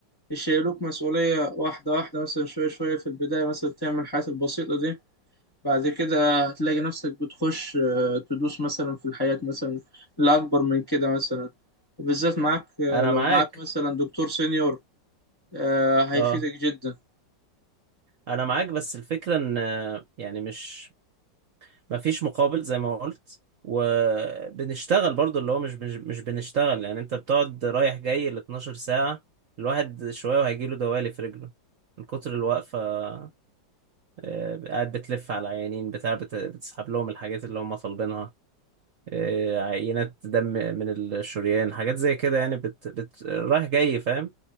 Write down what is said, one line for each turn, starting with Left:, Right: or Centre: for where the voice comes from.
Left: يشيلوك مسؤولية واحدة واحدة مثلا شوية شوية في البداية مثلا تعمل الحاجات البسيطة دي بعد كده هتلاقي نفسك بتخش آه، تدوس مثلا في الحياة مثلا لأكبر من كده مثلا وبالذات معاك آه،
Right: انا
Left: لو
Right: معاك
Left: معاك مثلا دكتور سenior آه، هيفيدك
Right: اه
Left: جدا
Right: انا معاك بس الفكرة ان آه، يعني مش مفيش مقابل زي ما قلت وبنشتغل برضو اللي هو مش بنش- مش بنشتغل يعني انت بتقعد رايح جاي ال 12 ساعة الواحد شوية وهيجيله دوالي في رجله من كتر الوقفة آه، قاعد بتلف على عيانين بتاع بت- بتسحب لهم الحاجات اللي هم طالبينها آه، عينات دم من الشريان حاجات زي كده يعني بت... بت... رايح جاي فاهم